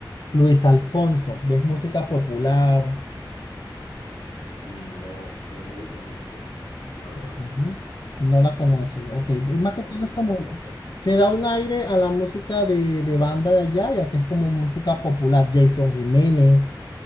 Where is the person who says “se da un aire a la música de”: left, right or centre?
Left